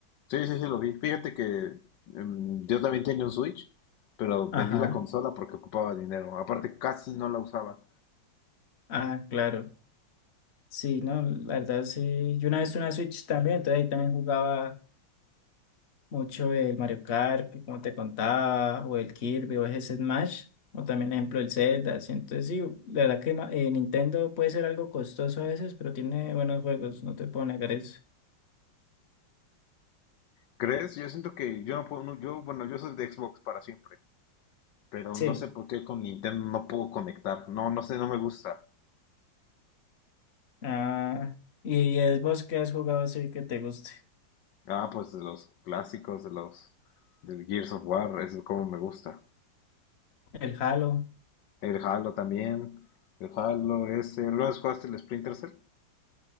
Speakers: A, on the left (about 75°); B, on the left (about 40°).
A: sí, sí, sí, lo vi. Fíjate que em, yo también tenía un Switch, pero
B: Ajá.
A: vendí la consola porque ocupaba dinero. Aparte, casi no la usaba.
B: Ah, claro. Sí, no, la verdad sí. Yo una vez tuve una Switch también, entonces ahí también jugaba mucho el Mario Kart, que como te contaba, o el Kirby, o ese Smash, o también ejemplo el Zelda, así. Entonces sí, la verdad que ma- eh, Nintendo puede ser algo costoso a veces, pero tiene buenos juegos, no te puedo negar eso.
A: ¿Crees? Yo siento que yo no puedo, no, yo, bueno, yo soy de Xbox para siempre, pero
B: Sí.
A: no sé por qué con Nintendo no puedo conectar. No, no sé, no me gusta.
B: Ah, y es vos que has jugado así que te guste.
A: Ah, pues de los clásicos, de los del Gears of War, es como me gusta.
B: El Halo.
A: El Halo también, el Halo ese, ¿alguna vez jugaste el Splinter Cell?